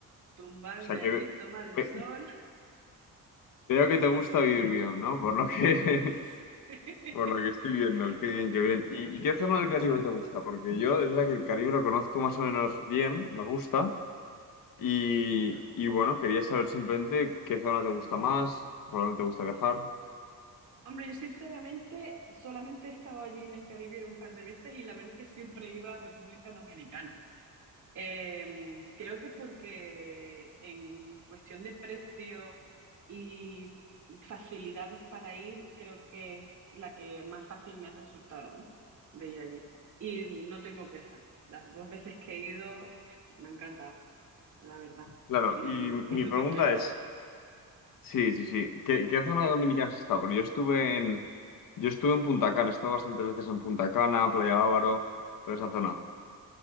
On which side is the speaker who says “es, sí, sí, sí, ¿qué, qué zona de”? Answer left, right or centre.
Left